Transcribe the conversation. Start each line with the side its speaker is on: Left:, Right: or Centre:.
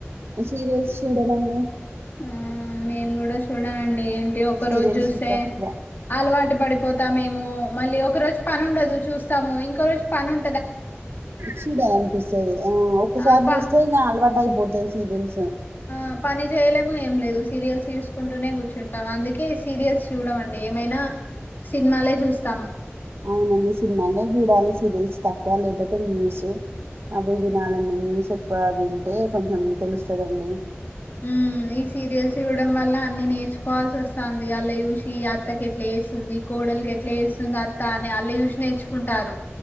Right: సీరియల్స్ చూడనండి.
Left: ఆ మేమ్ కూడా చూడనండి. ఏంటి ఒక
Right: సీరియల్స్
Left: రోజు చూస్తే
Right: తక్కువ.
Left: అలవాట్ టు పడిపోతామేమో మళ్ళీ ఒక రోజు పనుండదు చూస్తాము ఇంకో రోజు పనుం
Right: చూడాలనిపిస్తది. ఆ ఒక్కసారి
Left: ఆ ప
Right: చూస్తే ఇంగా అలవాటైపోతది సీరియల్స్
Left: అ పని చేయలేము ఏం లేదు సీరియల్స్ చూసుకుంటూనే కూర్చుంటాము. అందుకే సీరియల్స్ చూడమండి ఏమైనా సిన్మాలే చూస్తాము.
Right: అవునండి. సినిమాల్నే చూడాలి సీరియల్స్ తక్కువ లేకపోతే న్యూస్ అవి వినాలండి. న్యూస్ ఎక్కువ వింటే కొంచెం తెలుస్తదండి.
Left: మ్మ్. మ్ ఈ సీరియల్స్ చూడ్డం వల్ల అన్ని నేర్చుకోవాల్సి వస్తాంది. ఆళ్ల చూసి అత్త కెట్లా చేస్తుంది. కో కోడలికెట్ల చేస్తుందో అత్త అని అళ్ళు చూసి నేర్చుకుంటారు.